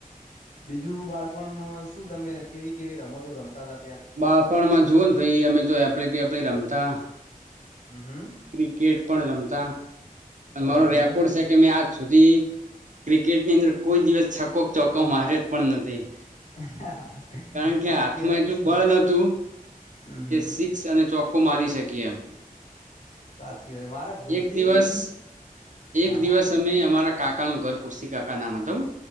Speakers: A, on the left (about 55°); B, on the right (about 55°).
A: બીજું બાળપણમાં શું તમે કેવી કેવી રમતો રમતા ત
B: બાળપણમાં જુઓ ને ભાઈ અમે તો <unintelligible> રમતા
A: હમ હમ
B: ક્રિકેટ પણ રમતા
A: બરાબર
B: મારો રેકોર્ડ છે કે આજ સુધી ક્રિકેટની અંદર કોઈ દિવસ છકોક ચોકાવ મારયો જ પણ નથી
A: હ
B: કારણ કે
A: સાચી
B: હાથમાં
A: વાત
B: એટલું
A: છે
B: બળ નતું
A: હમ
B: કે
A: હમ
B: સિક્સ અને ચોક્કો મારી શકીએ એમ
A: સાચી વાત મારે ભૂલથી
B: એક દસ એક
A: હા
B: દિવસ
A: હા
B: અમે અમારા કાકાનું ઘર કુર્સી કાકા નામ હતું